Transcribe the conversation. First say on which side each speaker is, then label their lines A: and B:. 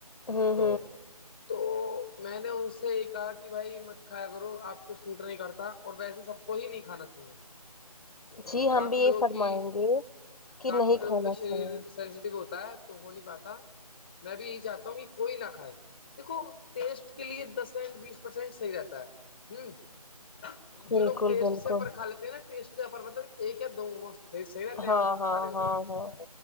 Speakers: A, on the left (about 75°); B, on the left (about 15°).
A: ہاں
B: تو تو میں نے ان سے یہ کہا کہ بھائی مت کھایا کرو آپ سوٹ نہیں کرتا اور ویسے سب کو ہی نہیں کھانا چاہیے
A: جی ہم
B: کافی
A: بھی یہ
B: لوگوں
A: فرمائیں
B: کی
A: گے کہ
B: کافی
A: نہیں
B: لوگوں
A: کھانا
B: کے شریر
A: چاہیے
B: سے سینسٹیو ہوتا ہے تو ہو نہیں پاتا میں بھی یہی چاہتا ہوں کہ کوئی نہ کھائے دیکھو ٹیسٹ کے لیے دس سینٹ بیس پرسینٹ صحیح رہتا ہے ہ جو
A: بالکل
B: لوگ ٹیسٹ
A: بالکل
B: سےپر کھا لیتے ہیں نا ٹیسٹ سےپر مطلب ایک ہے دو مسٹ سییر ت
A: ہاں
B: آگر
A: ہاں
B: کا رہے ہو
A: ہاں
B: تو
A: ہاں